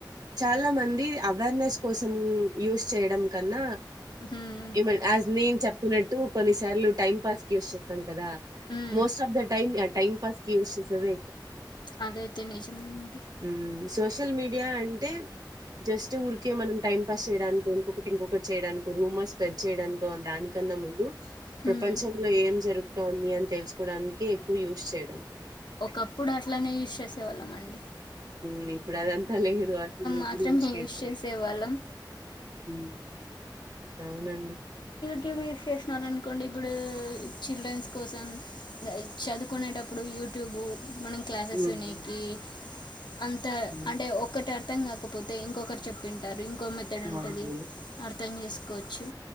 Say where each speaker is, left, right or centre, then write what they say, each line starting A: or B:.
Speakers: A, on the right; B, on the left.
A: చాలా మంది అవేర్నెస్ కోసం యూస్ చేయడం కన్నా
B: హ్మ్.
A: ఏమన్ యాజ్ నేన్ చెప్తున్నట్టు కొన్నిసార్లు టైం పాస్కి స్ చేస్తాం కదా
B: మ్
A: మోస్ట్ ఆఫ్ ద టైమ్ ఆ టైమ్ పాస్‌కి యూజ్ చేసేదే
B: అదయితే నిజమండి
A: మ్ సోషల్ మీడియా అంటే జస్ట్ ఊరికే మనం టైం పాస్ చేయ డానికో ఇంకొకటి ఇంకొకటి చే రూమర్స్ స్ప్రెడ్ చేయడానికికో దానికన్నా ముందు
B: హ్మ్.
A: ప్రపంచంలో ఏం జరుగుతుంది అని తెలుసు డానికే ఎక్కువ యూజ్ చేయ
B: ఒకప్పుడు అట్లనే యూస్ చేసేవాళ్ళం అండి
A: మ్ ఇప్పుడు అదంతా లేదు <unintelligible>
B: మాత్రమే యూజ్ చేసేవాళ్ళం
A: మ్ అవునండి
B: ్యూస్ చేస్తున్నారనుకోండి ఇప్పుడు చిల్డ్రన్స్ కోసం చదువుకునేటప్పుడు యు ూట్యూబ్ మనం క్లాసెస్
A: హ్మ్.
B: వినికి అంత
A: హ్మ్.
B: అంటే ఒకట్ అర్థం కాకపోతే ఇంకొకరు చెప్పింటారు ఇంకో మెథడ్ ఉంటది
A: అవునవును.
B: అర్థం చేసుకోవచ్చు